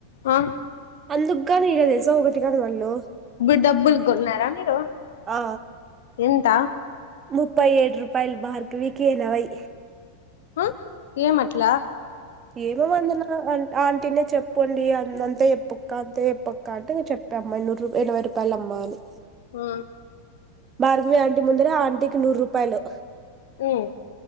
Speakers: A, on the left; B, on the right.
A: ఆ
B: అందుగానీ ఇళ తెలుసా ఒకటి కానీ కొన్న
A: బిడ్ డబ్బులు కొంటున్ర మీరు
B: ఆ
A: ఎంత
B: ముప్పై ఏడు రూపాయలు భార్గవికి నాయి
A: ఆ ఏమట్లా
B: ఏమో వందన అ ఆంటీనే చెప్పుండి అంతే చేప్పక్క అంతే చేప్పక్క అంటే చెప్ప తమ్మ ఇరున్ ఇరవై రూపాలు అమ్మ అని
A: ఆ
B: భార్గవి ఆంటీ ముందర ఆంటీకి నూరు రూపాయలూ
A: మ్